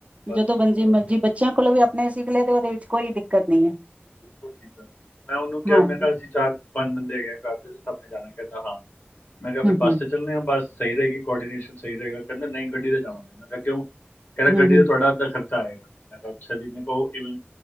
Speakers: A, on the left; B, on the right.
A: ਬਸ
B: ਜਦੋਂ ਬੰਜੀ
A: ਬਸ
B: ਮਰਜ਼ੀ
A: ਬਸ
B: ਬੱਚਿਆਂ ਕੋਲੋਂ ਵੀ ਆਪਣੇ ਅਸੀਂ। ਨਿਕਲੇ ਤੇ ਉਹਦੇ ਵਿੱਚ ਕੋਈ ਦਿੱਕਤ ਨੀ ਹੈ।
A: ਬਿਲਕੁਲ ਠੀਕ ਹੈ ਮੈਂ ਉਹਨੂੰ ਕਿਹਾ
B: ਹਾਂਜੀ।
A: ਮੈਂ ਕਿਹਾ ਅਸੀਂ ਚਾਰ ਪੰਜ ਬੰਦੇ ਹੈਗੇ ਆ ਕਰਦੇ ਸਭ। ਮੈਂ ਜਾਣਾ ਕਹਿੰਦਾ ਹਾਂ। ਮੈਂ ਕਿਹਾ ਫਿਰ
B: ਹੂੰ
A: ਬੱਸ
B: ਹੂੰ
A: ਤੇ ਚੱਲਣੇ ਆ ਬੱਸ ਸਹੀ ਰਹੇਗੀ। ਕੋਰਡੀਨੇਸ਼ਨ ਸਹੀ ਰਹੇਗਾ ਕਹਿੰਦੇ ਨਹੀਂ ਗੱਡੀ ਤੇ ਜਾਣਾ ਮੈਂ ਕਿਹਾ ਕਿਉਂ। ਕਿਹਦਾ
B: ਹੂੰ
A: ਗੱਡੀ
B: ਹੂੰ
A: ਦਾ ਤੁਹਾਡਾ ਅੱਧਾ ਖਰਚਾ। ਘੱਟ ਆਏਗਾ ਮੈਂ ਕਿਹਾ ਅੱਛਾ ਜੀ ਉਹ ਕਿਵੇਂ।